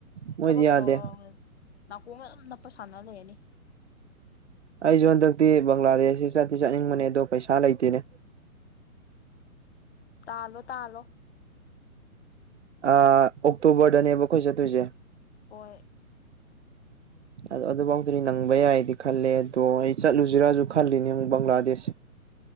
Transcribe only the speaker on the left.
ꯊꯕꯛ
ꯇꯧꯔ ꯅꯥꯀꯣꯡꯒ ꯌꯥꯝ ꯅꯞꯄ ꯁꯥꯟꯅ ꯂꯩꯔꯅꯤ
ꯇꯥꯜꯂꯣ ꯇꯥꯂꯣ
ꯑꯣꯏꯣꯏ